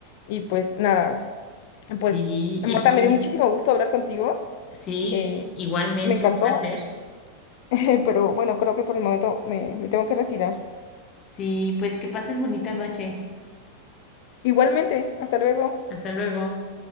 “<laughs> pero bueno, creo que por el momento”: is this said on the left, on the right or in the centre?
Left